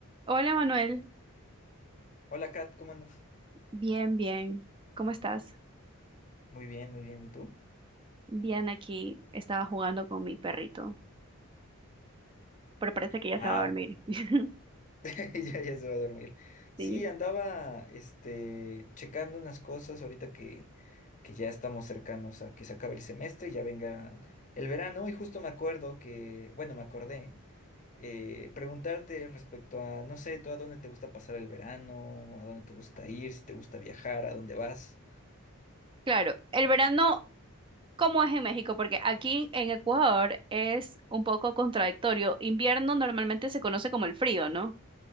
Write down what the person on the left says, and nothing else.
Hola Kat, ¿cómo andas?
Muy bien, muy bien. ¿Y tú?
Ah,
<laughs> ya, ya se va a dormir. Sí,
andaba este, checando unas cosas ahorita que, que ya estamos cercanos a que se acabe el semestre y ya venga el verano. Y justo me acuerdo que, bueno, me acordé eh, preguntarte respecto a, no sé, tú a dónde te gusta pasar el verano, a dónde te gusta ir, si te gusta viajar, a dónde vas.